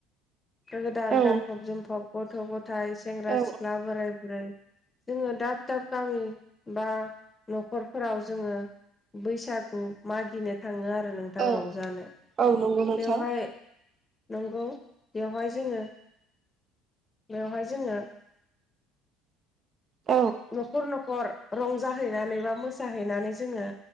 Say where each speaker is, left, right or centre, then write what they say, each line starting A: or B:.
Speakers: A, on the left; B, on the right.
A: गोदान
B: औ
A: गानफब जोमफब गथ' गथ' थाय सेंग्रा
B: औ
A: सिख्ला बोराय बुरै जोङो दाब दाब गामि बा न'खरफोराव जोङो बैसागु मागिनो थाङो आरो नोंथां
B: औ
A: रंजानो
B: औ नंगौ नोंथां
A: बेयावहाय नंगौ बेवहाय जोङो बेवहाय जोङो
B: औ
A: न'खर न'खर रंजाहैनानै बा मोसाहैनानै जोङो